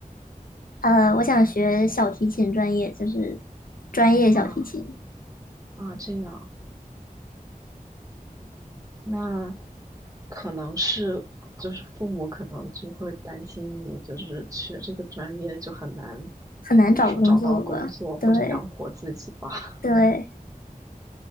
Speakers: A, on the left; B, on the right.
A: 呃，我想学小提琴专业，就是专业小提琴，
B: 啊啊，这样。那可能是就是父母可能就会担心你，就是学这个专业就很难，
A: 很难找工作吧？
B: 怎么说，找到工作或者养活自己吧。
A: 对
B: <laughs>
A: 对，